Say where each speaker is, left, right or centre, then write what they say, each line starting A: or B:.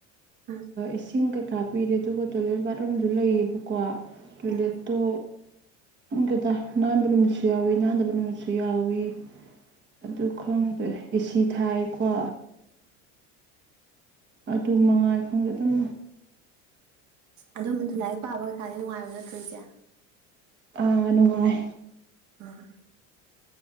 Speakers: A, on the right (about 55°); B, on the right (about 30°).
A: ꯎꯝ
B: ꯏꯁꯤꯡ ꯀꯩ ꯀꯥꯞꯄꯤꯔꯦ ꯑꯗꯨꯒ ꯇꯣꯏꯂꯦꯠ ꯕꯥꯠꯔꯨꯝꯗꯨ ꯂꯩꯌꯦꯕꯀꯣ ꯂꯣ
A: ꯎꯝ
B: ꯏꯀ ꯀꯠꯇ ꯅꯥꯟ ꯕ ꯅꯨꯃꯤꯁꯤ ꯌꯥꯎꯋꯏ ꯅꯥꯗꯕꯔ ꯅꯨꯃꯤꯁ ꯇꯌꯥꯋꯕꯤ ꯑꯗꯨ ꯈꯪꯗ꯭ꯔꯦ ꯑ°ꯁꯤ ꯊꯥꯏꯀꯣ ꯑꯗꯨ ꯃꯉꯥꯏ ꯈꯪꯗꯦ ꯑꯗꯨꯝ
A: ꯑꯗꯨꯝ ꯑꯗꯨ ꯂꯥꯏꯔꯤꯛ ꯄꯥꯕ ꯀꯩꯀꯥꯗꯤ ꯅꯨꯡꯉꯥꯏꯕ ꯅꯠꯇ꯭ꯔꯣꯏꯁꯦ
B: ꯑꯥ ꯅꯨꯡꯉꯥꯏ
A: ꯎꯝ